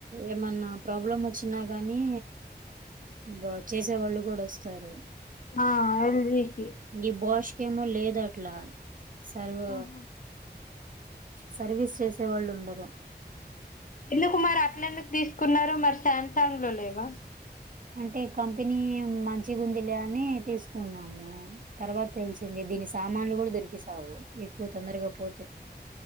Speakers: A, on the right; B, on the left.
A: ఏమన్నా ప్రాబ్లం వచ్చినా గానీ బా చేసే వాళ్ళు గూడా వస్తారు
B: ఆ ఎల్జీకి
A: ఈ బాష్కి ఏమో లేదు అట్లా సర్వ్
B: ఆహా.
A: సర్వీస్ చేసే వాళ్లుండరు
B: ఎందుకు మరట్లెందుకు తీసుకున్నారూ మరి శ్యామ్సాంగ్ లో లేవా
A: అంటే కంపెనీ మంచిగుందిలే అని తీసుకున్నాము తర్వాత తెలిసింది దీని సామాన్లు గూడా దొరికిసావు ఎక్కువ తొందరగా పోతే